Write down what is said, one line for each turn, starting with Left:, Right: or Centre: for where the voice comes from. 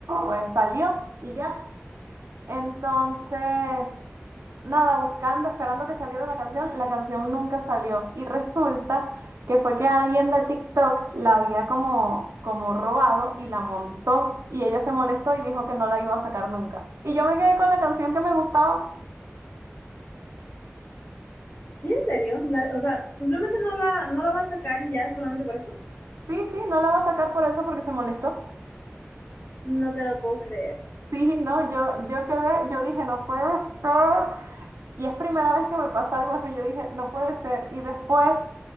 Right: pues salió y ya. Entonces, nada, buscando, esperando que saliera la canción, la canción nunca salió. Y resulta que fue que alguien de TikTok la había como, como robado y la montó. Y ella se molestó y dijo que no la iba a sacar nunca. Y yo me quedé con la canción que me gustaba.
Left: en serio? La- o sea, simplemente no la no la va a sacar y ya solamente por eso.
Right: Sí, sí, no la va a sacar por eso porque se molestó.
Left: No te lo puedo creer.
Right: Sí, no, yo, yo quedé, yo dije, no puede ser. Y es primera vez que me pasa algo así, yo dije, no puede ser. Y después